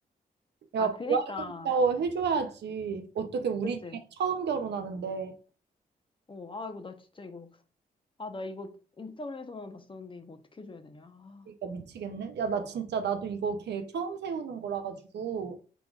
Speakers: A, on the right (about 70°); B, on the left (about 30°).
A: 야,
B: 아, 그니까.
A: 브라이덜 샤워 해줘야지. 어떻게 우리
B: 그치?
A: 중에 처음 결혼하는데.
B: 어, 아, 이거 나 진짜 이거. 아, 나 이거 인스타그램에서만 봤었는데 이거 어떻게 해줘야 되냐. 아,
A: 그러니까 미치겠네. 야, 나 진짜 나도 이거 계획 처음 세우는 거라 가지고.